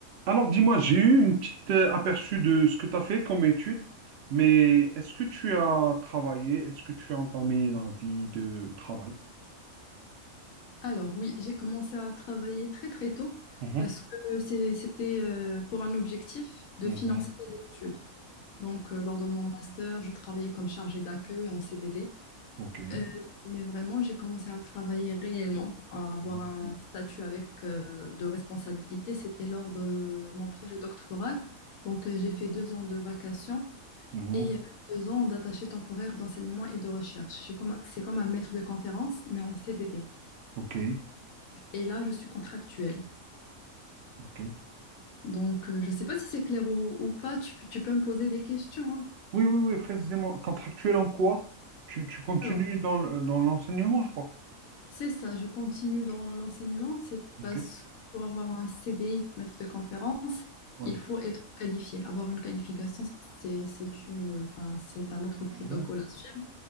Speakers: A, on the right (about 60°); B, on the left (about 75°).
A: Alors dis-moi, j'ai eu une petite euh, aperçu de ce que tu as fait comme étude, mais est-ce que tu as travaillé? Est-ce que tu as entamé la vie de travail?
B: Alors oui, j'ai commencé à travailler très très tôt
A: Mhm,
B: parce que c'est- c'était euh, pour un objectif de
A: mhm,
B: financer mes études. Donc euh, lors de mon master, je travaillais comme chargée d'accueil en CDD.
A: ok.
B: Euh, mais vraiment, j'ai commencé à travailler réellement, à avoir
A: Mhm.
B: un statut avec euh, de responsabilité. C'était lors de mon projet doctoral. Donc euh, j'ai fait deux ans de vacations
A: mhm,
B: et euh, deux ans d'attaché temporaire d'enseignement et de recherche. Je suis comme- C'est comme un maître de conférence, mais en CDD.
A: ok,
B: Et là, je suis contractuelle.
A: ok.
B: Donc, euh, je ne sais pas si c'est clair ou, ou pas, tu, peux tu peux me poser des questions. hein.
A: Oui, oui, oui, précisément. Contractuel en quoi? Tu, tu continues
B: Alors,
A: dans, le- dans l'enseignement, je crois.
B: c'est ça, je continue dans l'enseignement, c'est
A: Ok.
B: parce que pour avoir un CDI, maître de conférence,
A: Ouais.
B: il faut être qualifié. Avoir une qualification, c'est c'est- c'est une, enfin, c'est un autre protocole
A: mhm,
B: à suivre